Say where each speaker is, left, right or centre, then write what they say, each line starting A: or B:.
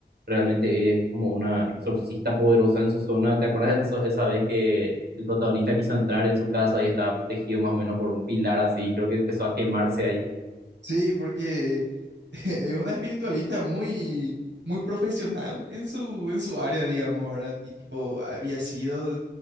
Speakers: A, on the right; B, on the right.
A: realmente es como una exorcista poderosa en su zona. ¿Te acuerdas de esa, esa vez que el protagonista quiso entrar en su casa y estaba protegido más o menos por un pilar así? Creo que empezó a quemarse ahí.
B: sí, porque... <laughs> Es una espiritualista muy, muy profesional en su, en su área, digamos, ¿verdad? Y tipo, había sido,